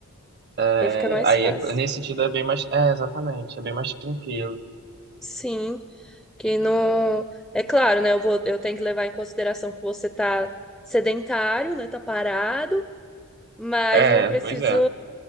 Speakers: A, on the right; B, in the centre.
A: é,
B: Aí fica mais
A: aí,
B: fácil.
A: é- nesse sentido, é bem mais. É, exatamente, é bem mais tranquilo.
B: Sim, que não. É claro, né? Eu vou, eu tenho que levar em consideração que você tá sedentário, né? Tá parado, mas
A: É,
B: não preciso,
A: pois é.